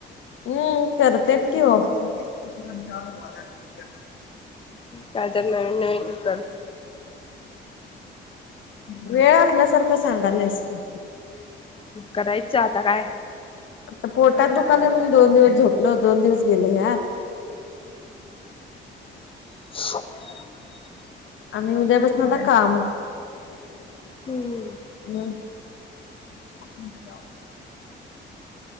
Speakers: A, on the left (about 75°); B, on the left (about 25°).
A: अम्, करतेत कि हो. <unintelligible> <unintelligible> <unintelligible>
B: काय तर नवीन नवीन कर.
A: वेळ आसल्यासारखं सांगालायस की.
B: करायच, आता काय?
A: आता पोटात दुकाल म्हणून दोन दिवस झोपलो. दोन दिवस गेले ह्यात.
B: <unintelligible>
A: आणि उद्यापासून आता काम.
B: हम्म
A: हम. <unintelligible>